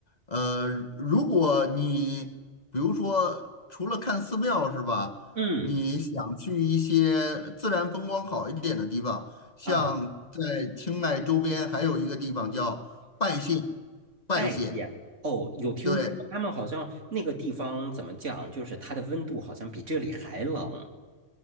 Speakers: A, on the left; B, on the right.
A: 呃，如果你比如说除了看寺庙是吧，
B: 嗯
A: 你想去一些自然风光好一点的地方，像在清迈周边还有一个地方叫拜县，
B: 啊，
A: 拜县，
B: 拜县哦，有听说他们好像那个地方怎么讲，
A: 对，
B: 就是它的温度好像比这里还冷